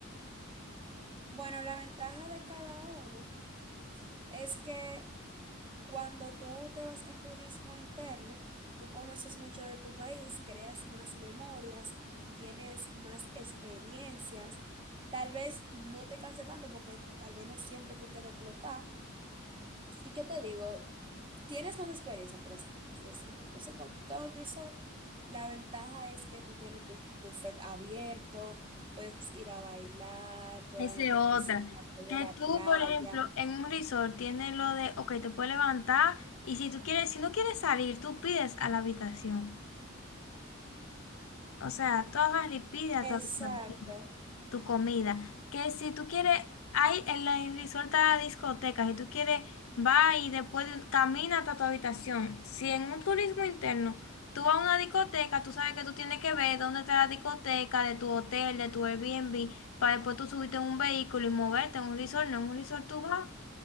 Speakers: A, on the right; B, on the left.
A: Bueno, la ventaja de cada uno es que cuando tú te vas en turismo interno, tú conoces mucho de tu país, creas más memorias, tienes más experiencias, tal vez no te canse tanto porque tal vez no siempre tú quedes explotar. ¿Y qué te digo? tienes más experiencia, por así decirlo. Entonces, cuando tú estás en un resort, la ventaja es que tú tienes tu buffet abierto, puedes ir a bailar, puedes
B: Esa
A: bañarte
B: es otra.
A: en piscina, puedes
B: Que
A: ir a la
B: tú,
A: playa.
B: por ejemplo, en un resort tienes lo de, ok, te puedes levantar y si tú quieres, si no quieres salir, tú pides a la habitación. O sea, tú agarras y pides a tu
A: Exacto,
B: habitación. tu comida. Que si tú quieres, hay en la en Resort hay discotecas, si tú quieres, va y después de- camina hasta tu habitación. Si en un turismo interno tú vas a una discoteca, tú sabes que tú tienes que ver dónde está la discoteca de tu hotel, de tu Airbnb, para después tú subirte en un vehículo y moverte en un resort, no en un resort tú vas